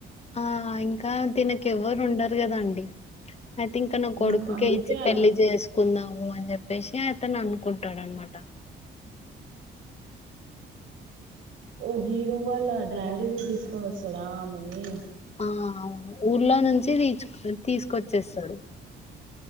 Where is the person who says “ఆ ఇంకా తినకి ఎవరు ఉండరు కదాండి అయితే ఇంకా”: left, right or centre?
Left